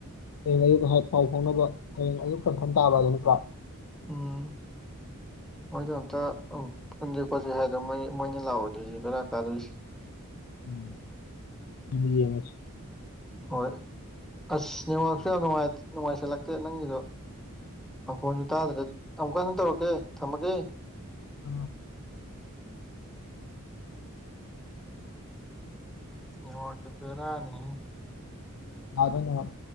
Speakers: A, on the left; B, in the centre.
A: ꯍꯌꯦꯡ ꯑꯌꯨꯛꯇ ꯍꯥꯛ ꯄꯥꯎ ꯐꯥꯎꯅꯕ ꯍꯌꯦꯡ ꯑꯌꯨꯛ ꯀꯟꯐꯝ ꯇꯥꯕ ꯑꯗꯨꯅꯀ
B: ꯎꯝ ꯃꯣꯏꯗꯣ ꯑꯝꯇ ꯎ ꯄꯨꯟꯁꯦ ꯈꯣꯠꯆꯦ ꯍꯥꯏꯗꯣ ꯃꯣꯏ ꯃꯣꯏꯅ ꯂꯥꯛꯑꯣꯗꯣꯏꯁꯦ ꯕꯦꯔꯥ ꯀꯥꯗꯣꯏꯁꯦ
A: ꯎꯝ ꯎꯁ
B: ꯍꯣꯏ ꯑꯁ ꯅꯅꯤꯋꯥꯛꯁꯨ ꯌꯥꯝ ꯅꯨꯡꯉꯥꯏꯁꯤꯜꯂꯛꯇꯦ ꯅꯪꯒꯤꯗꯣ ꯃꯈꯪꯈꯣꯟꯁꯨ ꯇꯥꯗ꯭ꯔꯦ ꯑꯃꯨꯛꯀ ꯁꯪ ꯇꯧꯔꯛꯀꯦ ꯊꯝꯃꯒꯦ
A: ꯑꯣ
B: ꯋꯥꯁꯤ ꯄꯦꯔꯥꯅꯤ
A: ꯑ ꯑꯗꯨꯅꯅꯨꯡ